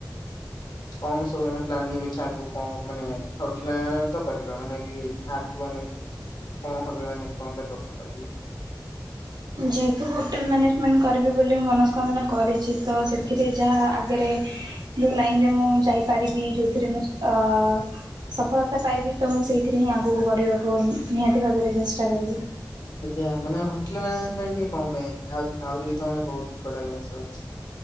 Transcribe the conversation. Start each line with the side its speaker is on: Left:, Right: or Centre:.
Left: କଣ ସବୁ ମାନେ ପ୍ଲାନିଂ ଅଛି ଆଗକୁ କଣ ମାନେ ହୋଟେଲର ତ କରିବା ମାନେ କି ଆଗୁ ଅନେକ କଣ ହେବେ ମାନେ କଣ କେତେବେଳେ କଣ ପଡିବ।
Right: ଯେହେତୁ ହୋଟେଲ ମ୍ୟାନେଜମେଣ୍ଟ କରିବି ବୋଲି ମୁଁ ମନସ୍ତ କାମନା କରିଚି ତ ସେଥିରେ
Left: ହୁଁ।
Right: ଯାହା ଆଗେରେ ଯୋଉ ଲାଇନରେ ମୁଁ ଯାଇପାରିବି ଯୋଉଥିରେ ମୁଁ ଆ ସଫଳତା ପାଇବି ତ ମୁଁ ସେଇଥିରେ ହିଁ ଆଗକୁ ବଢିବାକୁ ନିହାତି ଭାବରେ ଚେଷ୍ଟା କରିବି।
Left: ଆଜ୍ଞା ମାନେ ହୋଟେଲ ମାନେଜମେଣ୍ଟ ହିଁ କଣ ପାଇଁ ଆ ଆହୁରି ବି ତ ତାମାନେ ବହୁତ ବଢିଆ ଜିନିଷ ଅଛି।